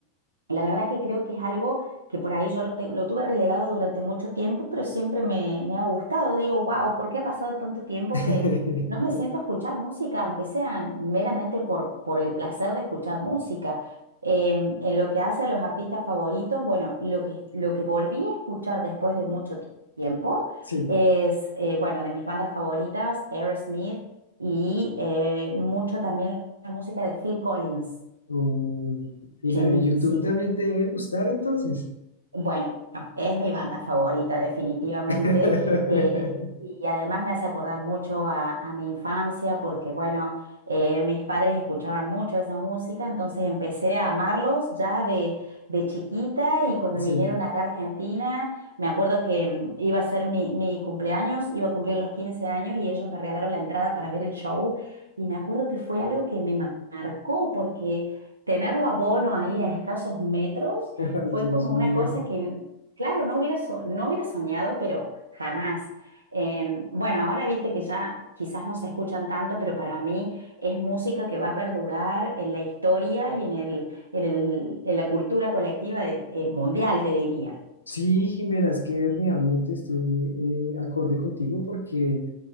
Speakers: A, on the right (about 75°); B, on the left (about 80°).
A: la verdad que creo que es algo que por ahí yo lo, te- lo tuve relegado durante mucho tiempo, pero siempre me, me ha gustado. Digo, wow, ¿por qué ha pasado tanto tiempo
B: <laughs>
A: que no me siento a escuchar música, aunque sea meramente por, por el placer de escuchar música? Em, en lo que hace a los artistas favoritos, bueno, lo que, lo que volví a escuchar después de mucho ti- tiempo
B: Sí,
A: es, eh, bueno, de mis bandas favoritas, Aerosmith y eh, mucho también la música de Phil Collins.
B: uy, y la
A: Sí,
B: de YouTube
A: sí.
B: también te debe gustar entonces.
A: Bueno, es mi banda favorita, definitivamente.
B: <laughs>
A: eh, y además me hace acordar mucho a, a mi infancia, porque bueno, eh, mis padres escuchaban mucho esa música, entonces empecé a amarlos ya de, de chiquita y cuando
B: Sí,
A: vinieron acá a Argentina, me acuerdo que mm, iba a ser mi, mi cumpleaños, iba a cumplir los 15 años y ellos me regalaron la entrada para ver el show. Y me acuerdo que fue algo que me ma- marcó, porque tenerlo a Bono ahí a escasos metros.
B: ay
A: Fue
B: Dios
A: como
B: mío.
A: una cosa que, n- claro, no hubiera, so- no hubiera soñado, pero jamás. Eh, bueno, ahora viste que ya quizás no se escuchan tanto, pero para mí es música que va a perdurar en la historia y en el, en el- en la cultura colectiva de- eh, mundial, te diría.
B: Sí, Jimena, es que realmente estoy eh, acorde contigo porque